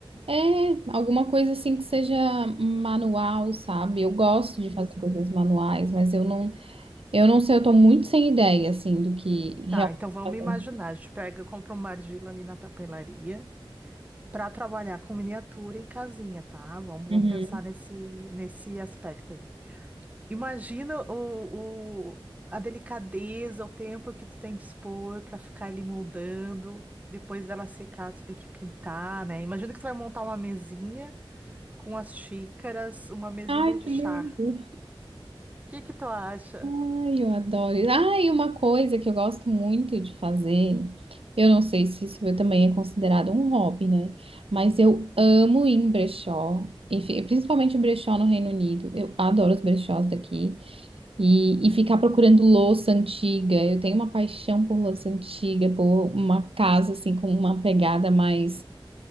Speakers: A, on the right (about 90°); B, on the right (about 15°).
A: É, alguma coisa assim que seja manual, sabe? Eu gosto de fazer
B: Isso.
A: coisas manuais, mas eu não, eu não sei, eu tô muito sem ideia assim do que realmente
B: Tá, então vamos
A: fazer.
B: imaginar. A gente pega, compra uma argila ali na papelaria. Para trabalhar com miniatura em casinha, tá? Vamos, vamos
A: Uhum.
B: pensar nesse, nesse aspecto ali. Imagina o, o- a delicadeza, o tempo que tu tem de expor para ficar ali moldando. Depois dela secar, tu tem que pintar, né? Imagina que tu vai montar uma mesinha com as xícaras, uma mesinha
A: Ai,
B: de
A: que
B: chá.
A: lindo.
B: O que que tu acha?
A: Ai, eu adoro. isso. Ah, e uma coisa que eu gosto muito de fazer, eu não sei se isso também é considerado um hobby, né? Mas eu amo ir em brechó, enfim, principalmente em brechó no Reino Unido. Eu adoro os brechós daqui. E, e ficar procurando louça antiga. Eu tenho uma paixão por louça antiga, por uma casa assim com uma pegada mais